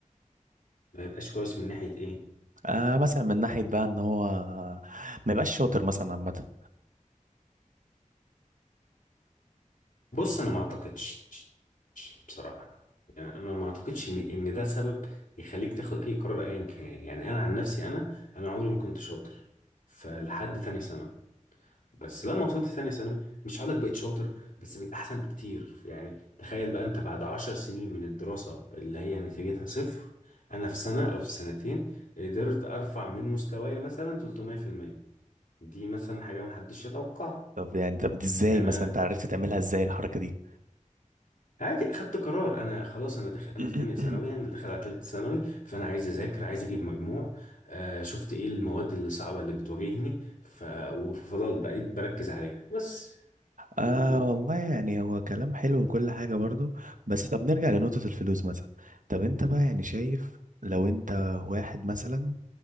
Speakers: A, on the left; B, on the right.
A: ما يبقاش كويس من ناحية ايه
B: آه مثلا من ناحيه بقى ان هو ما يبقاش شاطر مثلا عامه
A: بص انا ما اعتقدش بصراحة انا ما اعتقدش ان ان ده سبب يخليك تاخد اي قرار ايا كان يعني انا عن نفسي انا انا عمري ما كنت شاطر فلحد تانية ثانوي بس لما وصلت تانية ثانوي مش هقولك بقيت شاطر بس بقيت احسن بكتير يعني تخيل بقى انت بعد عشر سنين من الدراسة اللي هي نتيجتها صفر انا في سنة او في سنتين قدرت ارفع من مستواي مثلا 300% دي مثلا حاجة محدش يتوقعها
B: طب يعني طب دي ازاي
A: يعني
B: مثلا
A: انا
B: انت عرفت تعملها ازاي الحركه دي
A: عادي خدت قرار انا خلاص انا داخل انا
B: <clears throat>
A: في تانية ثانوي انا داخل على تالتة ثانوي فانا عايز اذاكر عايز اجيب مجموع آه شفت ايه المواد اللي صعبة اللي بتواجهني ف... وفضل بقيت بركز عليها بس
B: آه
A: و... و...
B: والله يعني هو كلام حلو وكل حاجة برضو بس طب نرجع لنقطة الفلوس مثلا طب انت بقى يعني شايف لو انت واحد مثلا